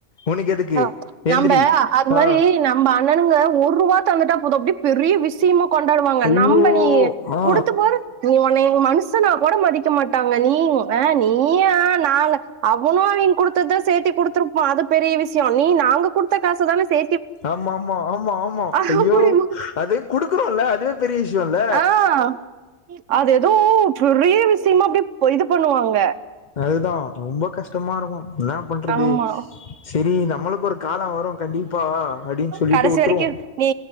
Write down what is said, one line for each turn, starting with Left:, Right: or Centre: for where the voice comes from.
Left: உனக்கு எதுக்கு
Right: அ நம்ப
Left: எந்திரி
Right: அது மாரி
Left: ஆ
Right: நம்ம அண்ணனுங்க ஒருவா தந்துட்டா போது அப்டி பெரிய விஷயமா கொண்டாடுவாங்க
Left: ஐயோ
Right: நம்ப நீ
Left: ஆ
Right: குடுத்து பாரு நீ ஒன்னய மனுசனா கொட மதிக்க மாட்டாங்க நீ அ நீ நீ நா அவனு அவன் கொடுத்ததுதா சேர்த்து கொடுத்துருப்பா அது பெரிய விஷய ஜாமி நாங்க குடுத்த காச தான சே
Left: ஆமா ஆமா ஆமா ஆமா
Right: அப்டிம்பா
Left: ஐயோ அது குடுக்குறோல அதுவே பெரிய விஷ் ஜீவல்ல
Right: ஆ அது எதோ பெரிய விஷிமா அப்டே போ இது பண்ணுவாங்க
Left: அதுதா ரொம்ப கஷ்டமா இருக்கு இன்னா பண்றது
Right: ஆமா
Left: செரி நம்மளுக்கு ஒரு காலோ வரும் கண்டிப்பா அப்டின்னு சொல்லிட்டு
Right: கடைசி
Left: வுட்டுருவோ
Right: வரைக்கு நீ